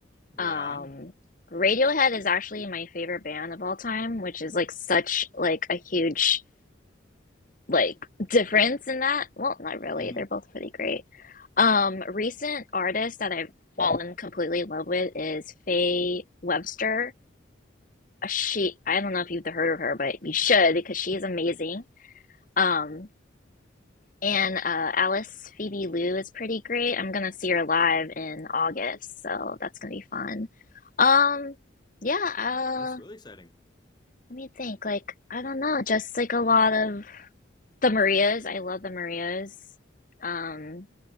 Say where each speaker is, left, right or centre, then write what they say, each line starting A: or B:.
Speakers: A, on the left; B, on the left.
A: Right
B: Um,
A: on.
B: Radiohead is actually my favorite band of all time, which is like such like a huge like difference in that. Well, not really.
A: Mm-hmm.
B: They're both pretty great. Um, recent artist that I've fallen completely in love with is Faye Webster. she I don't know if you've heard of her, but you should because she's amazing. Um, and uh, Alice Phoebe Liu is pretty great. I'm gonna see her live in August, so that's gonna be fun. Um, yeah. Uh,
A: That's really exciting.
B: let me think. Like I don't know, just like a lot of the Marias. I love the Marias. Um,